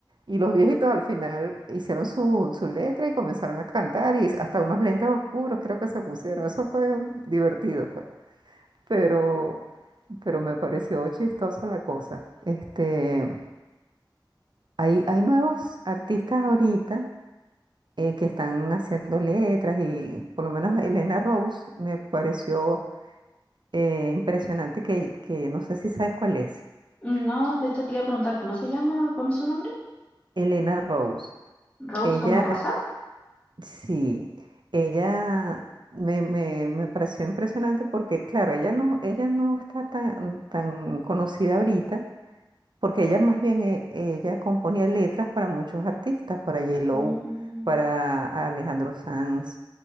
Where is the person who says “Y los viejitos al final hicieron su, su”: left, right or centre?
Right